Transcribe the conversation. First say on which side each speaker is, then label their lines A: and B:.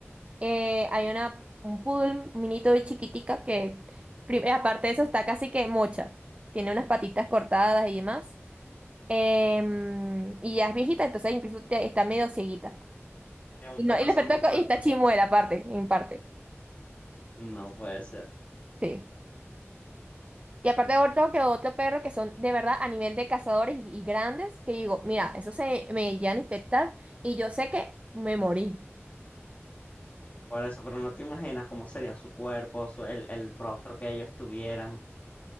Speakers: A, on the right; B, on the left.
A: Eh, hay una, un poodle minito y chiquitica que, pri- aparte de eso, está casi que mocha. Tiene unas patitas cortadas y demás. Em, y ya es viejita, entonces incluso te- está medio cieguita.
B: De un
A: Y,
B: perro
A: no, y, los
B: zombie
A: perros-
B: tuerto.
A: y está chimuela aparte, en parte.
B: No puede ser.
A: Sí. Y aparte otro que otro perro que son de verdad a nivel de cazadores y, y grandes, que digo, mira, eso se me llegan a infectar y yo sé que me morí.
B: Por eso, pero no te imaginas cómo sería su cuerpo, su- el, el rostro que ellos tuvieran.